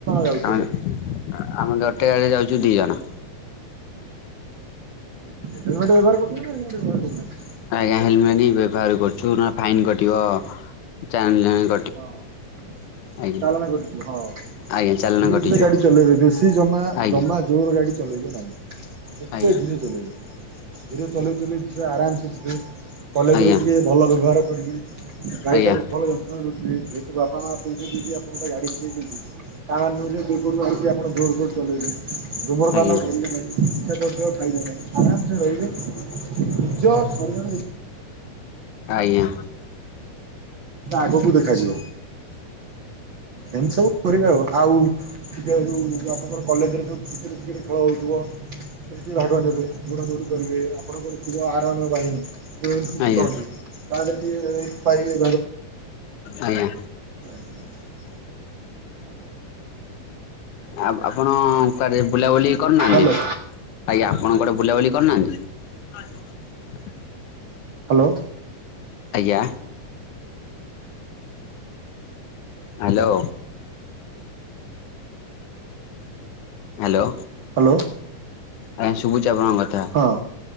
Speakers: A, on the right; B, on the left.
A: ଯାଉଛ
B: ଆ ଆମେ ଗୋଟେ ଗାଡିରେ ଯାଉଚୁ। ଜୁ ଦି ଜଣ
A: <unintelligible>
B: ଆଜ୍ଞା ହେଲମେଟ ହି ବ୍ୟବହାର କରୁଛୁ। ସୁନ ଫାଇନ୍ କଟିବ। <unintelligible>
A: <inaudible> ଚାଲାଣ
B: ଆଜ୍ଞା
A: କଟୁଚି ହଁ,
B: ଆଜ୍ଞା ଚାଲାଣ
A: ଧୀରେ
B: କଟିଯିବ
A: ଧୀରେ ଗାଡି ଚଲେଇବେ ବେଶୀ ଜମା
B: ଆଜ୍ଞା
A: ଜମା ଜୋର ଗାଡି ଚଲେଇବେ ନାଇ। ଯେତେ
B: ଆଜ୍ଞା ଆଜ୍ଞା
A: ଧୀରେ ଚଲେଇବି ଧୀରେ ଚଲେଇ ଚଲେଇ ଝିଅ ଆରାମସ କଲେଜରେ
B: ଆଜ୍ଞା
A: ଟିକେ ଭଲ ବ୍ୟବହାର କରିବେ। ଗାଈଟାକୁ
B: ଆଜ୍ଞା ଆଜ୍ଞା
A: ଭଲ ଯତ୍ନରେ ରଖିବେ। ଯେହେତୁ ବାପା ମା ପୁ ମୁଁ ଗୋଟେ ଗାଡ଼ି କିଣି ଦେଇଛି। <unintelligible> <unintelligible> ଧୁମ୍ରପାନ
B: ଆଜ୍ଞା ଆଜ୍ଞା ଆଜ୍ଞା ଆଜ୍ଞା ଆଜ୍ଞା ଆଜ୍ଞା
A: କରିବେ ନାହିଁ, ନିଶାଦ୍ରବ୍ୟ ଖାଇବେ ନାହିଁ। ଆରାମସେ ରହିବେ ନିଜ ଶରୀର <unintelligible> <inaudible> <inaudible> ତା
B: ଆଜ୍ଞା
A: ଆଗକୁ ଦେଖାଯିବ। ଏମ ସବୁ କରିବେ ଓ ଆଉ ସେ ଜଉ ଆପଣଙ୍କର କଲେଜ ରେ ଜଉ କ୍ରିକେଟ୍ ଫିକେଟ ଖେଳ ହୋଉଥିବ। <unintelligible> ଗୁଡା ଗୁଡ଼ି କରିବେ ଆ ଆପଣଙ୍କର ଥିବା ଆରାମ ବାହିନୀ ଯଉଟା କି ସ୍କୁଟି
B: ଆଜ୍ଞା ଆଜ୍ଞା
A: କହନ୍ତି, ତା ଦେହରେ ଟିକେ ପାଇ <inaudible>
B: ଆଜ୍ଞା
A: <unintelligible>
B: ଆ ଆପଣ କୁଆଡେ ବୁଲା କରୁନାହାନ୍ତି
A: ହ୍ୟାଲୋ
B: ଆଜ୍ଞା। ଆପଣ କୁଆଡେ ବୁଲାବୁଲି କରିନାହାନ୍ତି।
A: ହ୍ୟାଲୋ।
B: ଆଜ୍ଞା ହ୍ୟାଲୋ। ହ୍ୟାଲୋ।
A: ହ୍ୟାଲୋ।
B: ଆଜ୍ଞା ସୁବୁଚି ଆପଣ କଥା
A: ହଁ